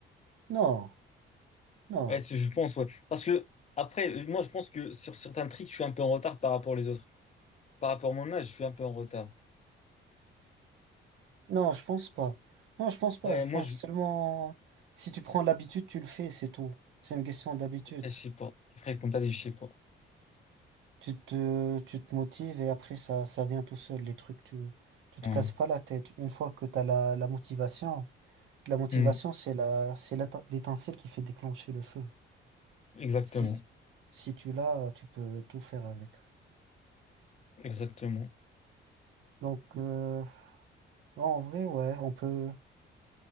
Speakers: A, on the right; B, on the left.
A: Non, non.
B: Ouais, c'est- je pense, ouais. Parce que, après, euh, moi, je pense que sur certains trucs, je suis un peu en retard par rapport aux autres. Par rapport à mon âge, je suis un peu en retard.
A: Non, je pense pas. Non, je pense pas.
B: Ouais,
A: Je
B: moi,
A: pense
B: je,
A: seulement si tu prends l'habitude, tu le fais, c'est tout. C'est une question d'habitude.
B: après, je sais pas. Après, comme t'as dit, je sais pas.
A: Tu te, tu te motives et après ça, ça vient tout seul. Les trucs, tu, tu te
B: Ouais.
A: casses pas la tête. Une fois que tu as la, la motivation, la motivation,
B: Hmm.
A: c'est la, c'est l'éte- l'étincelle qui fait déclencher le feu.
B: Exactement.
A: Si, si tu l'as, tu peux tout faire avec.
B: Exactement.
A: Donc, euh, ouais, en vrai, ouais, on peut.